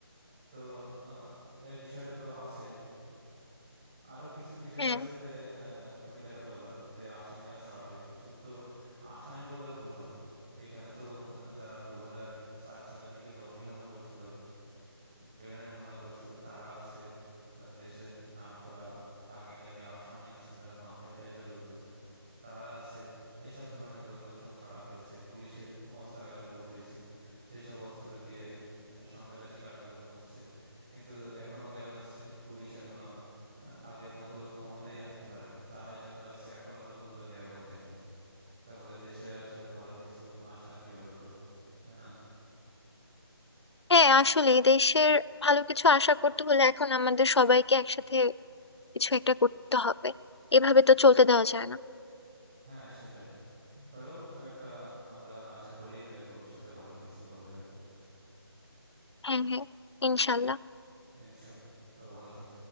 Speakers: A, on the right; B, on the left.
A: তো আহ, এই বিষয়টা তো আছেই আরো কিছু বিষয়
B: হ্যাঁ
A: আছে যে আহ, তুমি যেটা বললা যে আসামিরা ছাড়া পেয়েছে শুধু তো আসামি বললেও ভুল হবে এখানে তো আহ, যারা দু হাজার চার সালের দিকে জঙ্গি হামলা করছিল গ্রেনেড হামলা করছিল তারা আছে আহ, দেশের নাম করা দাগি দাগি আসামি আছে যারা মাফিয়া টাইপের লোকজন তারা আছে এসব ধরনের লোকজন সব ছাড়া পেয়েছে পুলিশের অস্ত্রাগার লুট হয়েছে সেই সব অস্ত্র দিয়ে আহ, সন্ত্রাসী কার্যক্রম হচ্ছে কিন্তু এখনো দেখা যাচ্ছে সে পুলিশ এখনো আহ, আগের মতো ক্ষমতায় আসতে পারে না তারাই দেখা যাচ্ছে এখনো পর্যন্ত নিরাপত্তাহীনতা তাহলে দেশের আসলে ভালো কিছু আশা কিভাবে করবো তাই না
B: হ্যাঁ আসলে দেশের ভালো কিছু আশা করতে হলে এখন আমাদের সবাইকে একসাথে কিছু একটা করতে হবে এভাবে তো চলতে দেওয়া যায় না
A: হ্যাঁ সেটাই তারপরেও একটা আমরা আশা করি যে ভবিষ্যতে ভালো কিছু হবে আর কি
B: হ্যাঁ হ্যাঁ ইনশাল্লাহ
A: ইনশাল্লাহ তো ভালো থাকো